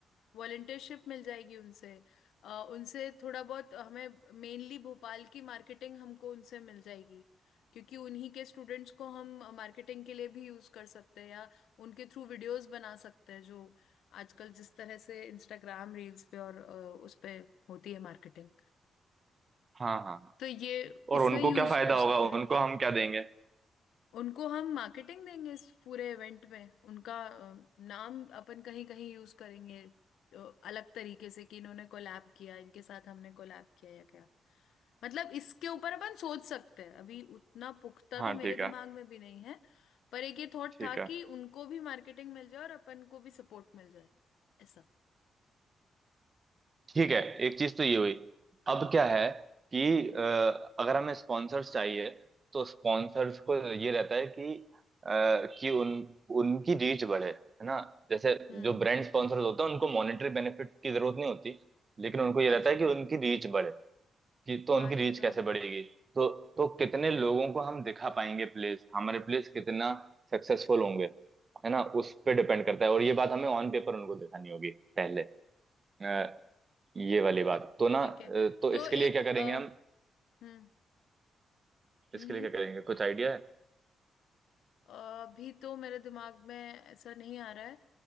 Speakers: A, on the left; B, on the right.
A: वॉलंटियरशिप मिल जाएगी उनसे अ, उनसे थोड़ा बहुत हमें मेनली भोपाल की मार्केटिंग हमको उनसे मिल जाएगी क्योंकि उन्हीं के स्टूडेंट्स को हम मार्केटिंग के लिए भी यूज कर सकते हैं या उनके थ्रू वीडियोस बना सकते हैं जो आजकल जिस तरह से इंस्टाग्राम रील्स पे और अ, उस पे होती है मार्केटिंग
B: हाँ हाँ हाँ।
A: तो ये
B: और
A: इसमें
B: उनको
A: यूज
B: क्या फायदा
A: हो
B: होगा
A: सकता है
B: उनको हम क्या देंगे
A: उनको हम मार्केटिंग देंगे इस पूरे इवेंट में उनका अ, नाम अपन कहीं कहीं यूज करेंगे अ, अलग तरीके से कि इन्होंने कोलैब किया इनके साथ हमने कोलैब किया या क्या मतलब इसके ऊपर अपन सोच सकते हैं अभी उतना पुख्ता
B: हाँ
A: तो मेरे
B: ठीक
A: दिमाग
B: है
A: में भी नहीं है पर एक ये थॉट
B: ठीक
A: था
B: है
A: कि उनको भी मार्केटिंग मिल जाए और अपन को भी सपोर्ट मिल जाए ऐसा
B: ठीक है एक चीज तो ये हुई अब क्या है कि अ, अगर हमें स्पॉन्सर्स चाहिए तो स्पॉन्सर्स को ये रहता है कि अ, कि उन उनकी रीच बढ़े है ना जैसे
A: हम्म
B: जो ब्रांड स्पॉन्सर्स होते हैं उनको मॉनेटरी बेनिफिट की जरूरत नहीं होती लेकिन उनको ये रहता
A: अच्छा
B: है कि
A: हाँ
B: उनकी रीच बढ़े कि तो
A: हाँ
B: उनकी
A: ये
B: रीच
A: तो
B: कैसे
A: है
B: बढ़ेगी तो तो कितने लोगों को हम दिखा पाएंगे प्लेस हमारे प्लेस कितना सक्सेसफुल होंगे है ना उस पे डिपेंड करता है और ये बात हमें ऑन पेपर उनको दिखानी होगी पहले अ, ये वाली बात तो
A: ठीक
B: ना अ,
A: है
B: तो
A: तो
B: इसके
A: एक
B: लिए क्या करेंगे
A: अ,
B: हम
A: हम्म
B: इसके
A: हम्म
B: लिए
A: हम्म।
B: क्या करेंगे कुछ आइडिया है
A: अभी तो मेरे दिमाग में ऐसा नहीं आ रहा है